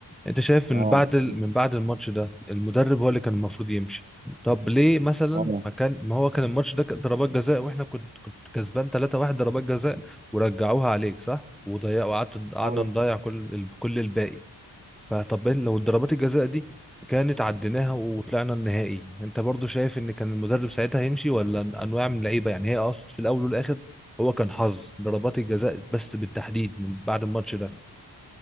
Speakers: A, in the centre; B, on the right.
A: انت شايف من
B: اه
A: بعد ال- من بعد الماتش ده المدرب هو اللي كان المفروض يمشي طب ليه مثلا
B: اه
A: ما كان ما هو كان الماتش ده كان ضربات جزاء واحنا كنت كنت كسبان 3-1 ضربات جزاء ورجعوها عليك صح وضيع وقعدت قعدنا
B: اه
A: نضيع كل ال- كل الباقي فطب إيه لو ضربات الجزاء دي كانت عديناها وطلعنا النهائي انت برضو شايف ان كان المدرب ساعتها هيمشي ولا انواع من اللعيبه يعني هي اقصد في الاول والاخر هو كان حظ ضربات الجزاء بس بالتحديد من بعد الماتش ده